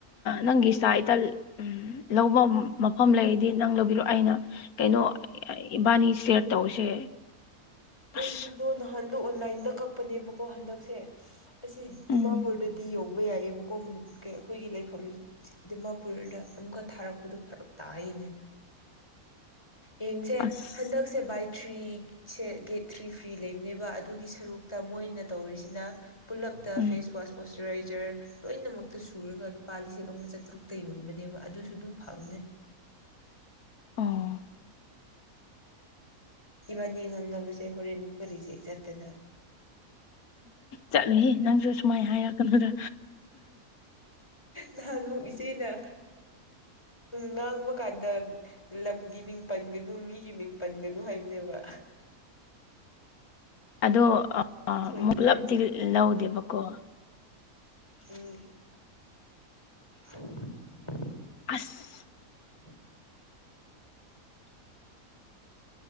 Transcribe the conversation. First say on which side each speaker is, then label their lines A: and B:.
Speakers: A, on the left; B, on the left.
A: ꯅꯪꯒꯤ ꯏꯁꯇꯥ ꯏꯇ ꯎ ꯂꯧꯕ ꯃꯐꯝ ꯂꯩꯔꯗꯤ ꯅꯪ ꯂꯧꯕꯤꯔꯛ ꯑꯩꯅ ꯀꯩꯅꯣ ꯏꯕꯥꯅꯤ ꯁꯌꯔ ꯇꯧꯁꯦ
B: ꯑꯩꯁꯤꯗꯣ
A: ꯑꯁ
B: ꯅꯍꯥꯟꯗ ꯑꯣꯟꯂꯥꯏꯟꯗ ꯀꯛꯄꯅꯦꯕꯀꯣ ꯍꯟꯗꯛꯁꯦ ꯑꯁꯤ
A: ꯎꯝ
B: ꯗꯤꯃꯥꯄꯨꯔꯗꯗꯤ ꯌꯧꯕ ꯌꯥꯏꯌꯦꯕꯀꯣ ꯑꯩꯈꯣꯏꯒꯤ ꯂꯩꯐꯝ ꯗꯤꯃꯥꯄꯨꯔꯗ ꯑꯃꯨꯛꯀ ꯊꯥꯔꯛꯄꯗꯣ ꯐꯔꯛ ꯇꯥꯛꯏꯅꯦ ꯌꯦꯡꯁꯦ
A: ꯑꯁ
B: ꯍꯟꯗꯛꯁꯦ ꯕꯥꯏ ꯊ꯭ꯔꯤ ꯁꯦ ꯒꯦꯠ ꯊ꯭ꯔꯤ ꯐ꯭ꯔꯤ ꯂꯩꯕꯅꯦꯕ ꯑꯗꯨꯒꯤ ꯁꯔꯨꯛꯇ ꯃꯣꯏꯅ ꯇꯧꯔꯤꯁꯤꯅ ꯄꯨꯜꯂꯞꯇ
A: ꯎꯝ
B: ꯐꯦꯁꯋꯥꯁ ꯃꯣꯏꯁꯆꯔꯥꯏꯖꯔ ꯂꯣꯏꯅꯃꯛꯇ ꯁꯨꯔꯒ ꯂꯨꯄꯥ ꯂꯤꯁꯤꯡ ꯑꯃꯒ ꯆꯥꯇꯔꯨꯛꯇ ꯌꯣꯟꯕꯅꯦꯕ ꯑꯗꯨꯁꯨ ꯑꯗꯨꯝ ꯐꯝꯅꯦ
A: ꯑꯣ
B: ꯏꯕꯥꯅꯤ ꯈꯪꯅꯕꯁꯦ ꯍꯣꯔꯦꯟꯃꯨꯛꯀ ꯔꯤꯖꯦꯛ ꯆꯠꯇꯅ
A: ꯆꯠꯂꯨ ꯅꯪꯁꯨ ꯁꯨꯃꯥꯏꯅ ꯍꯥꯏꯔ ꯀꯩꯅꯣꯗ
B: ꯅꯍꯥꯟꯃꯨꯛ ꯏꯆꯦꯅ ꯉꯥꯡꯕ ꯀꯥꯟꯗ ꯂꯝꯒꯤ ꯃꯤꯡ ꯄꯟꯒꯅꯨ ꯃꯤꯒꯤ ꯃꯤꯡ ꯄꯟꯒꯅꯨ ꯍꯥꯏꯕꯅꯦꯕ
A: ꯑꯗꯣꯨꯛ
B: ꯁꯣꯏꯗ꯭ꯔꯦ
A: ꯄꯨꯂꯞꯗꯤꯤ ꯂꯧꯗꯦꯕꯀꯣ
B: ꯎꯝ <unintelligible>
A: ꯑꯁ
B: ꯍ